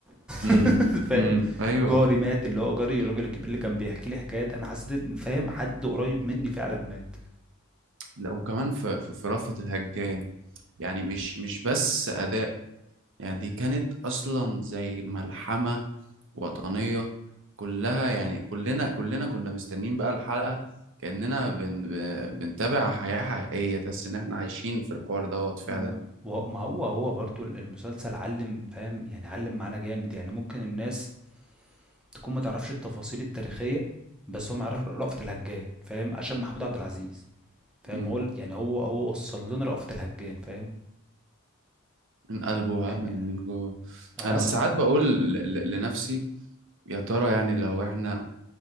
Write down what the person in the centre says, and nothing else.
<laughs> فاهم
جاري مات اللي هو جاري الراجل الكبير اللي كان بيحكي لي حكايات انا حسيت ان فاهم حد قريب مني فعلا مات
ما وه- ما هو هو برضو المسلسل علم فاهم يعني علم معانا جامد يعني ممكن الناس تكون ما تعرفش التفاصيل التاريخية بس هو مع رأ- رأفت الهجان فاهم عشان محمود عبد العزيز فاهم
هو ال- يعني هو هو وصل لنا رأفت الهجان فاهم
يعني
اه